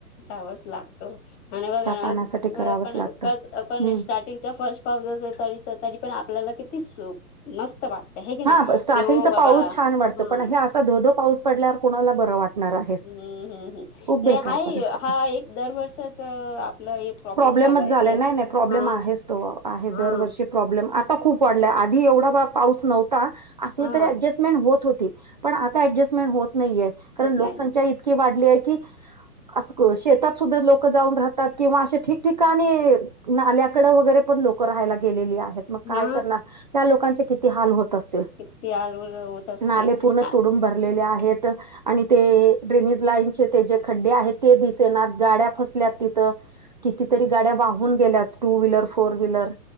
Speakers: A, on the left; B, on the right.
A: जावच लागतो आणि बघा
B: पाण्यासाठी करावंच
A: पण
B: लागतं.
A: आपण
B: हम्म
A: सार्ट च्या फर्स्ट पाव त तरी पण आपल्याला किती चूख मस्त वाटत हेग
B: हा
A: ना
B: स्टार्टिंगचा
A: येव बाबा
B: पाऊस छान वाटतो
A: हम.
B: पण हे असा धोधो पाऊस पडल्यावर कुणाला बरं वाटणार आहे.
A: हम्म हम्म हम्
B: खूप बेकार
A: नाही हाय. हा
B: परिस्थिती
A: एक दरवर्षच आपलं हे प्रॉब्लेम
B: प्रॉब्लेमच
A: झालाय
B: नाही नाही प्रॉब्लेम
A: हा.
B: आहेच तो आहे
A: हा
B: दरवर्षी खप आव पा नव्ह अस. हो
A: हा.
B: हो पण आता डजस्टमेंट होत नाहीे कारण
A: होत
B: लोकसंख्या
A: नाही
B: इतकी वाढली आहे की अस शेतात सुद्धा लोक जाऊन राहतात किंवा असे ठिकठिकाणी नाल्याकड वगैरे पण लोक राहायला गेलेली आहेत मग काय
A: हा
B: करणार त्या लोकांचे किती हाल होत असत.
A: किती आलूल होत असते
B: नाले पूर्ण
A: हा
B: तोडून बर. आहेत आणि ते ्रेनेज लाईन जे खड्डे आहेत ते दि गाड्या तिथ कितीतरी गाड्या वाहून गेल्या टू व्हीलर फोर व्हीलर